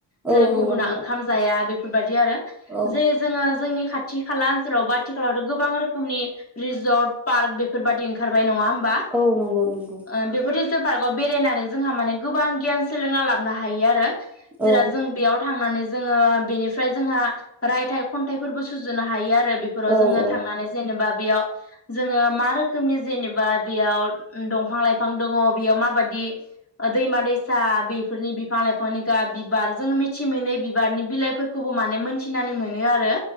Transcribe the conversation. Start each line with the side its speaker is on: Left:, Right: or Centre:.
Left: जेरै
Centre: औ नंगौ
Left: गुबुना
Centre: नोंथां
Left: ओंखाम जाया बे फोरबादि दि आरो।
Centre: औ
Left: जेरै जों जोंनि खाथि खाला ओनसोलाव बा आथिखालावथ' गोबां रोखोमनि रिजर्ट पार्क बेफोरबायदि ओंखारबाय नङाहोम बा
Centre: औ नंगौ नंगौ
Left: ओ बेफोर रिजर्ट पार्कआव बेरायनानै जोंहा माने गोबां गियान सोलोंना लाबनो हायो आरो <unintelligible>
Centre: औ
Left: जों थांनानै जोङो बेनिफ्राय जोंहा रायथाइ खन्थाइफोरबो सुजुनो हायो आरो बेफोराव
Centre: औ
Left: जोङो
Centre: औ
Left: थांनानै जेनेबा बेयाव जोङो मा रोखोमनि जेनेबा बेयाव दंफां लाइफां दङ बेयाव माबायदि दैमा दैसा बेफोरनि बिफां लाइफांनि गाब बिबार जोङो मिथि मिथि मोनै बिबारनि बिलाइफोरखौबो माने मोनन्थिनानै मोनो आरो